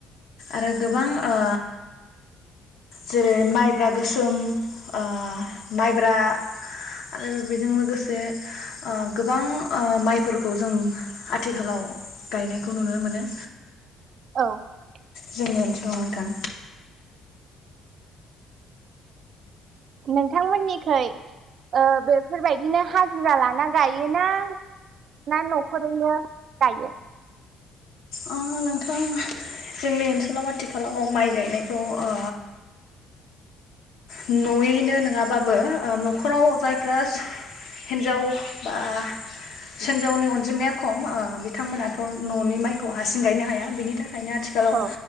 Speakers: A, on the left; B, on the right.
A: आरो गोबां ओ जेरै माइब्रा गोसोम ओ माइब्रा आरो बेजों लोगोसे ओ गोबां ओ माइफोरखौ जों आथिखालाव गायनायखौ नुनो मोनो
B: <unintelligible>
A: जोंनि ओनसोलाव नोंथां
B: नोंथांमोननिखै ओ बेफोरबायदिनो हाजिरा लाना गायो ना ना न'खरावनो गायो
A: ओ नोंथां जोंनि ओनसोलाव आथिखालाव माइ गायनायखौ ओ न'यैनो नङाबाबो न'खराव जायफ्रा हिन्जाव बा हेनन्जावनि अनजिमाया खम बिथांमोनाथ' न'नि माइखौ हारसिं गायनो हाया बिनि थाखाय ओंखायनो आथिखालाव
B: औ